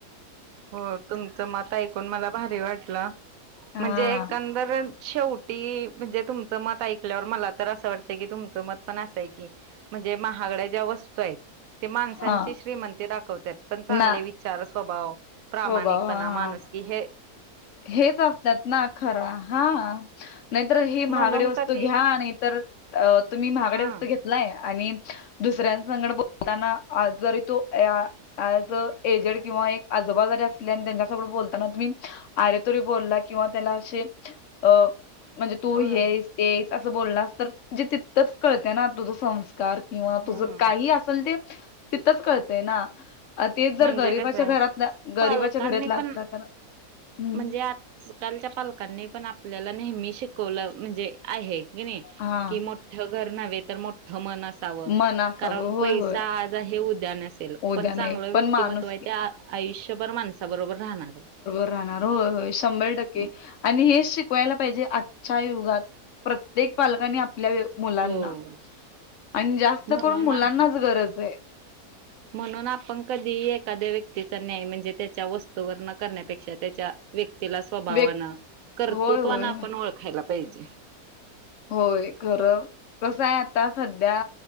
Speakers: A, on the right (about 70°); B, on the left (about 65°).
A: हो तुमचं मत ऐकून मला भारी वाटलं,
B: हा
A: म्हणजे एका तर शेवटी म्हणजे तुमचं मत ऐकल्यावर मला तर असं वाटतं की, तुमचं मत पण असाय की. म्हणजे महागड्या ज्या वस्तू आहेत. ते माणसांची
B: हा
A: श्रीमंती दाखवतात, पण चांगले
B: ना
A: विचार स्वभाव प्रामाणिकपणा,
B: स्वभाव हा हा
A: माणुसकी की है.
B: हेच असत्यात ना खर, हा. नाहीतर ही
A: म्हणून
B: महागडे वस्तू
A: कधी
B: घ्या, नाहीतर तुम्ही महागडे
A: हा
B: वस्तू घेत नाहीय आणि, दुसऱ्यांसंगट बोलताना, जरी तो आ जर एजेड किंवा एक आजोबा जारी असले, आणि त्यांच्यासोर बोलताना तुम्ही अरे तुरे बोलला, किंवा त्याला असे, अ म्हणजे तू
A: होय
B: हे हायस. ते हाईस, असं बोलला तर म्हणजे तितथंच कळते ना तुझ संस्कार कार, किंवा
A: हम्म
B: तुझ काही असेल ते, तिथच कळतय ना. अ तेच जर
A: म्हणजे
B: गरीबाच्या
A: कसं आहे
B: घरातल्या, गरीबाच्या
A: पालकांनी
B: घरातला असला
A: पण
B: तर हम्म
A: म्हणजे आजकालच्या पालकांनी पण आपल्याला नेहमी शिकवलं म्हणजे आहे, की नाही
B: हा
A: कि मोठं घर नव्हे तर, मोठं मन अस
B: मन असावं
A: कारण
B: होय
A: पैसा
B: होय
A: आज आहे उद्या नसेल,
B: उद्या
A: पण
B: नाही
A: चांगलं व्यक्तिमत्व
B: पण माणूस
A: आहे ते आज आयुष्यभर माणसाबरोबर राहणार आहे.
B: राहाणार शंभर टक्के,
A: म-
B: आणि हे शिकवायला पाहिजे युगात प्रत्येक पालकांनी आपल्या ये मुलांना
A: हो
B: आणि जास्त
A: म्हणून
B: करून मुलांनाच
A: ना
B: गरज आहे.
A: म्हणून आपण कधी एखाद्या व्यक्तीचा न्याय म्हणजे, त्याच्या वस्तूवर न करण्यापेक्षा त्याच्या व्यक्तीला स्वभावानं
B: व
A: कर्तृत्वान
B: होय होय
A: आपण ओळखायला पाहिजे.
B: होय, खरं कसं आहे आता सध्या